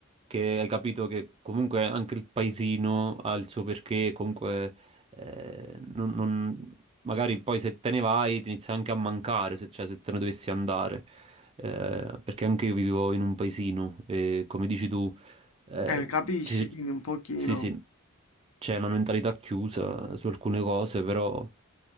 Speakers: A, on the right; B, on the left.
A: che hai capito che comunque anche il paesino ha il suo perché, comunque eh, non- non- magari poi se te ne vai ti inizia anche a mancare, se, cioè se te ne dovessi andare, eh, perché anche io vivo in un paesino e come dici tu, eh,
B: eh, capisci?
A: ci-
B: Quindi un pochino.
A: sì, sì, c'è una mentalità chiusa su alcune cose, però